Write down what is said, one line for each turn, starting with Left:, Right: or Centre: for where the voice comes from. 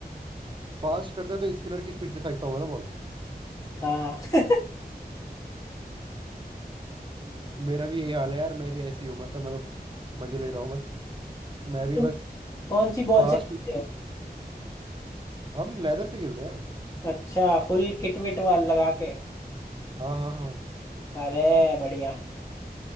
Right: फास्ट करता है तो स्पिनर की स्पीड से फेंकता होगा ना
Left: हाँ <laughs>
Right: मेरा भी यही हाल है यार मैं भी ऐसी हूँ मतलब मैं तो मजे ले रहा हूँ बस मैं भी
Left: तुम
Right: बस
Left: कौन सी बॉल
Right: फास्ट
Left: से खेलते हो
Right: हम लेदर से खेलते हैं यार
Left: अच्छा फुल किट विट वाल लगा के
Right: हाँ हाँ हाँ
Left: अरे बढ़िया